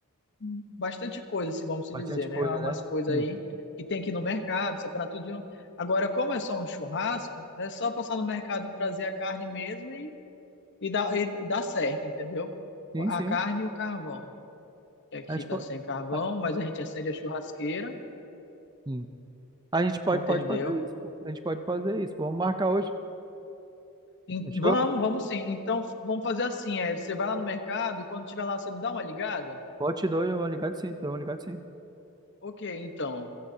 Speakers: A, on the left (about 50°); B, on the right (about 20°).
A: bastante coisa, se vamos se
B: Bastante
A: dizer,
B: coisa,
A: né? Há Umas
B: né?
A: coisas
B: Sim,
A: aí que tem aqui no mercado, separar tudinho. Agora, como é só um churrasco, é só passar no mercado e trazer a carne mesmo e, e, dá, e dá certo, entendeu?
B: sim,
A: A
B: sim.
A: carne e o carvão. que Aqui
B: A gente
A: tá
B: pode,
A: sem carvão,
B: a,
A: mas a gente acende a churrasqueira,
B: sim. A gente pode,
A: entendeu?
B: pode fazer isso. pô. A gente pode fazer isso. Vamos marcar hoje.
A: Ent-
B: Fechou?
A: Vamos, vamos sim. Então, vamos fazer assim, é, você vai lá no mercado e quando tiver lá, você me dá uma ligada?
B: Pode te dar, eu vou ligar sim, então, eu vou ligar sim.
A: Ok, então.